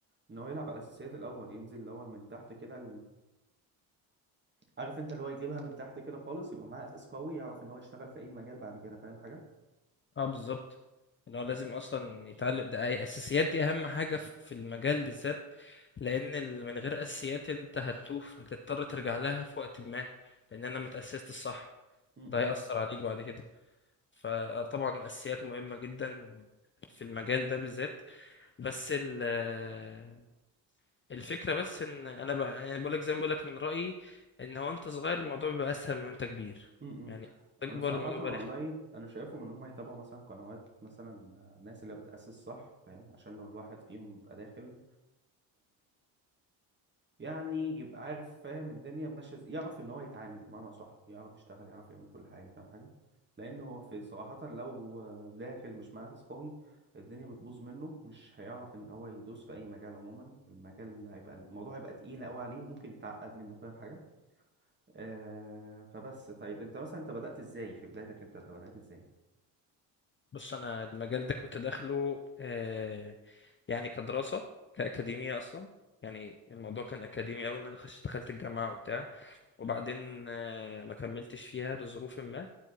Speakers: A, on the right; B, on the left.
A: ان هو يلعب على الاساسيات الاول ينزل الاول من تحت كده عارف انت اللي هو يجيبها من تحت كده خالص يبقى معاه اساس قوي يعرف ان هو يشتغل في اي مجال بعد كده فاهم حاجه
B: اه بالظبط ان هو لازم اصلا يتعلم ده أي- اساسيات دي اهم حاجه في في المجال بالذات لان ال- من غير اساسيات انت هتتوه هتضطر ترجع لها في وقت ما لان انا متاسست الصح
A: امم
B: ده هيأثر عليك بعد كده فطبعا الاساسيات مهمه جدا في المجال ده بالذات بس ال آه، الفكره بس ان انا بقى يعني بقولك زي ما بقولك من رأيي ان هو انت صغير الموضوع بيبقى اسهل من وانت كبير
A: امم
B: يعني تكبر
A: انا صراحه
B: الموضوع بيبقى
A: والله
B: رخم
A: انا شايفهم ان هم يتابعوا مثلا قنوات مثلا الناس اللي بتاسس صح فاهم عشان لو الواحد فيهم يبقى داخل يعني يبقى عارف فاهم الدنيا ماشيه ازاي يعرف ان هو يتعامل بمعنى صح يعرف يشتغل يعرف يعمل كل حاجه فاهم حاجه لان هو في صراحه لو داخل مش مع اساس قوي الدنيا بتبوظ منه مش هيعرف ان هو يدوس في اي مجال عموما المجال هيبقى الموضوع هيبقى تقيل قوي عليه وممكن يتعقد منه فاهم حاجه آه فبس طيب انت مثلا انت بدات ازاي في بدايتك انت انت بدات ازاي
B: بص انا المجال ده كنت داخله آه، يعني كدراسه كاكاديميه اصلا يعني الموضوع كان اكاديمي قوي ان انا دخلت دخلت الجامعه وبتاع وبعدين آه، ما كملتش فيها لظروف ما